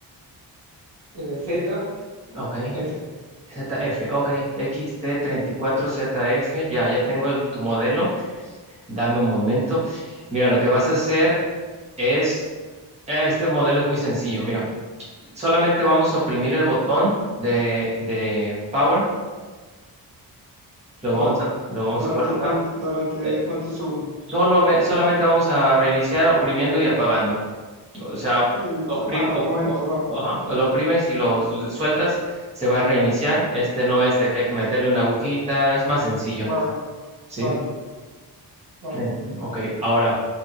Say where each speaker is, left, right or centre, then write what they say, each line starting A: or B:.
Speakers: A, on the right; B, on the right.
A: Eh, Z,
B: Ok.
A: F.
B: ZF, ok. X T treinta y cuatro Z F. ya, ya tengo el- tu modelo. Dame un momento. Mira, lo que vas a hacer es Eh, Este modelo es muy sencillo. Mira, solamente vamos a oprimir el
A: Vale.
B: botón de, de power. Lo
A: Vale.
B: vamos a, lo vamos
A: ¿Durante
B: a colocar.
A: cuánto, durante
B: eh,
A: cuántos segundos?
B: solo me- solamente vamos a reiniciar oprimiendo y apagando. O sea,
A: Ahí está,
B: oprim-
A: a- al
B: o-
A: momento, vale.
B: o- ajá, lo oprimes y lo s- sueltas, se va a reiniciar. Este no es de que hay que meterle una agujita, es más sencillo,
A: Vale.
B: ¿sí?
A: Vale. Vale.
B: En- Ok, ahora